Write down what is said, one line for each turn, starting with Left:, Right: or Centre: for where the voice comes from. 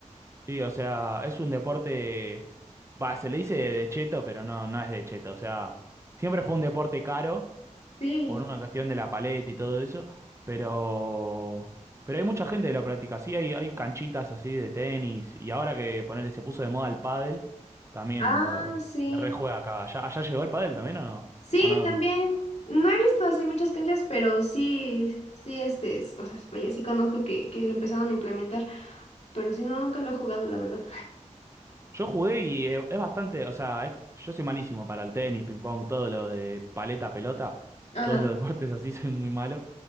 Right: Sí, o sea, es un deporte, va, se le dice de cheto, pero no, no es de cheto. O sea, siempre fue un deporte caro
Left: Sí.
Right: por una cuestión de la paleta y todo eso, pero, pero hay mucha gente que lo practica. Sí, hay, hay canchitas así de tenis y ahora que ponele se puso de moda el pádel, también
Left: Ah,
Right: lo,
Left: sí.
Right: se rejuega acá. ¿Allá, allá llegó el pádel también o no?
Left: Sí,
Right: ¿O no?
Left: también. No he visto así muchas canchas, pero sí, sí, este, s- o sea, vaya, sí conozco que, que lo empezaron a implementar, pero sí, no, nunca lo he jugado, la verdad.
Right: Yo jugué y es, es bastante, o sea, es- yo soy malísimo para el tenis, ping pong, todo lo de paleta, pelota,
Left: Ajá.
Right: todos los <laughs> deportes así soy muy malo.